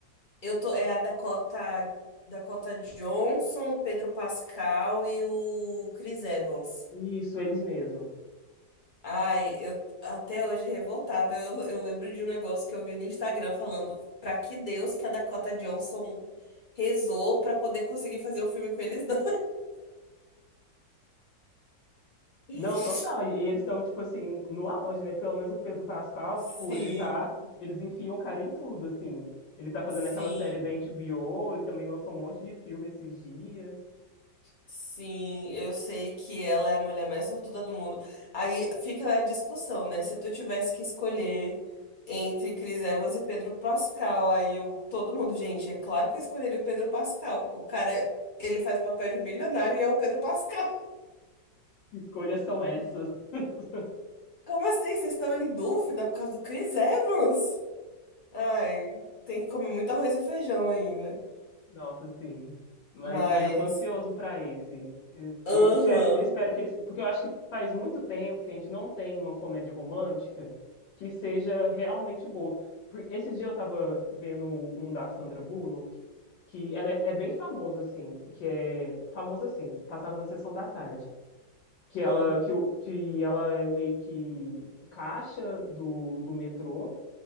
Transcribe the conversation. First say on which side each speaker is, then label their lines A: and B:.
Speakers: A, on the left (about 30°); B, on the left (about 80°).
A: Eu tô, é a Dakota, Dakota Johnson, o Pedro Pascal e o Chris Evans.
B: Isso, eles mesmo.
A: Ai, eu até hoje revoltada, eu, eu lembro de um negócio que eu vi no Instagram falando pra que Deus que a Dakota Johnson rezou pra poder conseguir fazer o filme com eles dois. <laughs>
B: Não, total. E, e eles estão, tipo assim, no auge, né? Pelo menos o Pedro Pascal,
A: Sim,
B: tipo, ele tá. Eles enfiam o cara em tudo, assim. Ele tá fazendo
A: sim.
B: aquela série da HBO, ele também lançou um monte de filme esses dias.
A: Sim, eu sei que ela é a mulher mais sortuda do mundo. Aí fica a discussão, né? Se tu tivesse que escolher entre Chris Evans e Pedro Pascal, aí eu, todo mundo, gente, é claro que eu escolheria o Pedro Pascal. O cara, ele faz o papel de milionário e é o Pedro Pascal. <laughs>
B: Que escolhas são essas? <laughs>
A: Como assim? Vocês estão em dúvida por causa do Chris Evans? Ai, tem que comer muito arroz e feijão ainda.
B: Nossa, sim. Mas,
A: Mas,
B: mas eu tô ansioso para esse. Eu, eu
A: aham,
B: espero, eu espero que eles, porque eu acho que faz muito tempo que a gente não tem uma comédia romântica que seja realmente boa. Por- Esses dias eu tava vendo um da Sandra Bullock, que ela é, é bem famosa assim, que é famosa assim, passava na sessão da tarde, que
A: uhum.
B: ela que, o- que ela é meio que caixa do, do metrô.